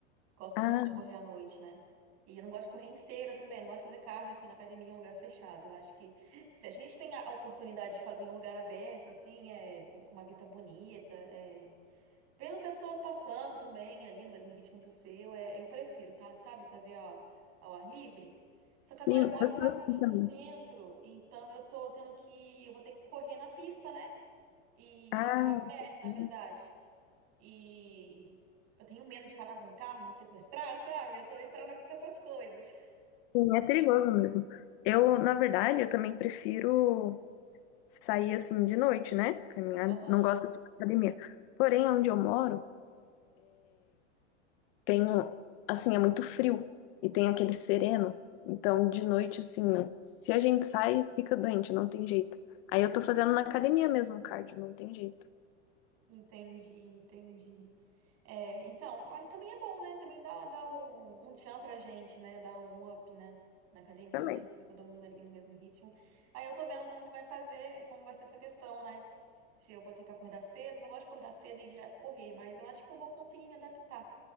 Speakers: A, on the right; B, on the left.
A: Gosto
B: Ah,
A: muito de correr à noite, né? E eu não gosto de correr em esteira também, não gosto de fazer cardio assim na academia em um lugar fechado. Eu acho que se a gente tem a oportunidade de fazer em um lugar aberto, assim, é, com, com uma vista bonita, é, vendo pessoas passando também ali no mesmo ritmo que o seu, é, eu prefiro, tá? Sabe? Fazer ó, ao ar livre. Só que agora
B: sim,
A: eu moro
B: eu
A: afastada
B: tô assim
A: do
B: também.
A: centro, então eu tô tendo que, eu vou ter que correr na pista, né? E
B: Ah,
A: é é uma
B: entendi.
A: BR, na verdade. E eu tenho medo de parar algum carro, me sequestrar, sabe? Eu sou ir parando com essas coisas.
B: Sim, é perigoso mesmo. Eu, na verdade, eu também prefiro sair assim de noite, né? Caminhar,
A: <laughs> Aham.
B: não gosto de academia. Porém, onde eu moro, tem um, assim, é muito frio e tem aquele sereno. Então, de noite, assim, se a gente sai, fica doente, não tem jeito. Aí eu tô fazendo na academia mesmo cardio, não tem jeito.
A: Entendi, entendi. É, então, mas também é bom, né? Também dá, dá um, um tchan pra gente, né? Dá um up, né? Na academia,
B: Também.
A: você vê todo mundo ali no mesmo ritmo. Aí eu tô vendo como que vai fazer, como vai ser essa questão, né? Se eu vou ter que acordar cedo, eu não gosto de acordar cedo e ir direto correr, mas eu acho que eu vou conseguir me adaptar.